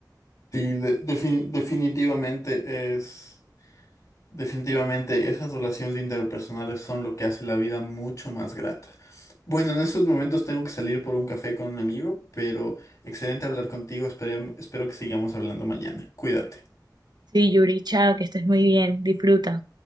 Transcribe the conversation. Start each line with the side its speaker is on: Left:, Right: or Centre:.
Left: Sí, de- defi- definitivamente es. Definitivamente, esas relaciones interpersonales son lo que hace la vida mucho más grata. Bueno, en estos momentos tengo que salir por un café con un amigo, pero excelente hablar contigo. espere- espero que sigamos hablando mañana. Cuídate.
Right: Sí, Yuricha, que estés muy bien, disfruta.